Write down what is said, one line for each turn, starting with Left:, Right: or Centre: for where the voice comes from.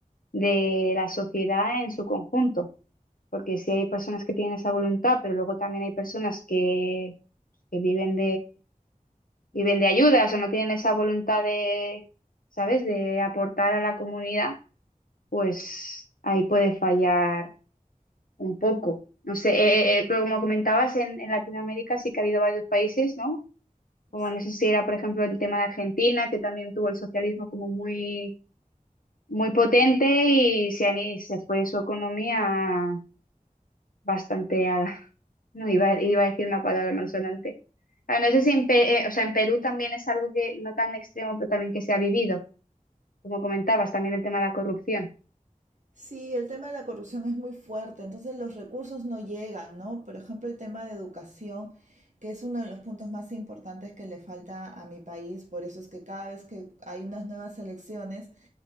Left: de la sociedad en su conjunto, porque si hay personas que tienen esa voluntad, pero luego también hay personas que que viven viven de ayudas o no tienen esa voluntad de, ¿sabes?, de aportar a la comunidad, pues ahí puede fallar un poco. No sé, eh, eh, eh, pero como comentabas, en, en Latinoamérica sí que ha habido varios países, ¿no? Como
Right: Sí.
Left: no sé si era, por ejemplo, el tema de Argentina, que también tuvo el socialismo como muy, muy potente y se, han- y se fue su economía bastante a- No, iba, iba a decir una palabra malsonante. Ah, no sé si en, Pe- eh, o sea, en Perú también es algo que no tan extremo, pero también que se ha vivido, como comentabas, también el tema de la corrupción.
Right: Sí, el tema de la corrupción es muy fuerte, entonces los recursos no llegan, ¿no? Por ejemplo, el tema de educación, que es uno de los puntos más importantes que le falta a mi país, por eso es que cada vez que hay unas nuevas elecciones,